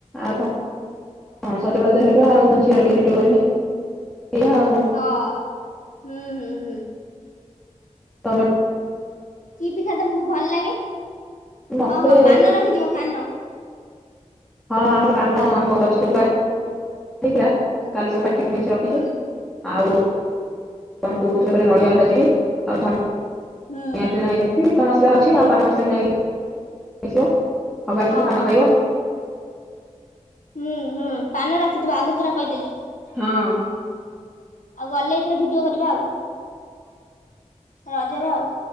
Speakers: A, in the centre; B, on the left.
A: ଆଉ କଣ ହଁ ସଜବାଜ ହେ <unintelligible> ଆଉ ମୋ ଝିଅର ଟିକେ ଭିଡିଓ କରିମି ଏୟା ଆଉ।
B: ହଁ ହୁଁ ହୁଁ ହୁଁ।
A: ତମ
B: କି ପିଠା ତମକୁ ଭଲ ଲାଗେ?
A: ମତେ
B: ହଁ ହଁ ପାନ ରଖିଥିବ ପାନ।
A: ହଁ ଆମର ପାନ ଆମ ଗ-ଗଛରେ ପୁରା। ହେଇଥିଲା କାଲି ସବୁ କାଟିକି ମେଞ୍ଚେ ରଖିଛୁ
B: ହୁଁ
A: ଆଉ। ଏ ଆମ ବୋଉ କହୁଥିଲେ କାଲି ନଡ଼ିଆ ଭାଜିବେ ଆଉ ଧନିଆ
B: ହୁଁ।
A: କିଣା ହେ ମିଠା ମସଲା ଅଛି ଆଉ ପାନ ମସଲା କିଣା ହେଇକି ଆସିବ ସବୁ ଆସିବ
B: ଓହୋ
A: ପାନ ଖାଇବ।
B: ହୁଁ ହୁଁ ପାନ ରଖିଥିବ ଆଗତୁରା କହିଦେଲି।
A: ହଁ।
B: ଆଉ ଗଲେ ଏଥର ଭିଡିଓ କରିବା ଆଉ। ରଜରେ ଆଉ।